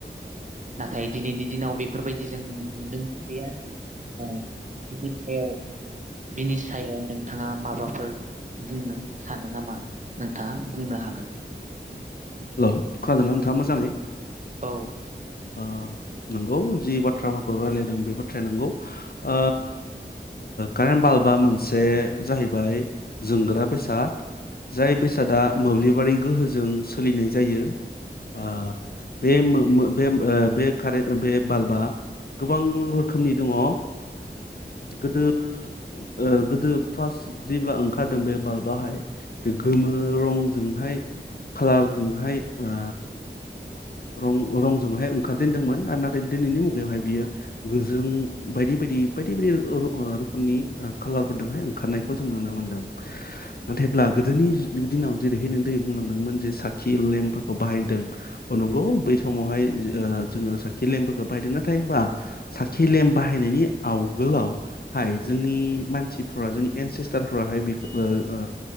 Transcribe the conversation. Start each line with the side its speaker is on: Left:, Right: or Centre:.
Right: नाथाय दिनैनि दिनाव बेफोरबायदि जों नुनो मोनलिया औ बिनि सायाव बिनि सायाव नोंथाङा माबाफोर बुंनो सानो नामा। नोंथाङा बुंनो हागोन।
Left: हेलौ खोनादोंना नोंथाङा मोजाङै
Right: औ
Left: ओ नंगौ जि बाथ्राफोरखौ रायलायदों बे बाथ्राया नंगौ ओ कारेन्ट बालफबा मोनसे जाहैबाय जोंग्रा बेसाद जाय बेसादा मोब्लिब बारि गोहोजों सोलिनाय जायो ओ बे मो-मो बे कारे बालफबा गोबां रोखोमनि दङ' ओ गोदो ओ गोदो फार्स्ट जेब्ला ओंखारदों बे बाल्बआहाय बे गोमो रंजोंहाय खालारजोंहाय ओ। रं रंजोंहाय ओंखारजेनदोंमोन आरो नाथाय दिनैनि मुगायावहाय बियो गोजों बायदि बायदि बायदि बायदि ओ रो ओ रोखोमनि ओ खालारफोरदोंहाय ओंखारनायखौ जों नुनो मोनदों नाथायब्ला गोदोनि जि दिनाव जेरैहाय नों दै बुंलांदोंमोन जे साखि लेम्पफोरखौ बाहायदों। औ नोंगौ बै समावहाय ओ जोङो साखि लेम्फोरखौ बाहायदों नाथाय बा साखि लेम बाहायनायनि आवगोलआवहाय जोंनि मानसिफ्रा जोंनि एनसेस्टारफ्राहाय बिखौ ओ ओ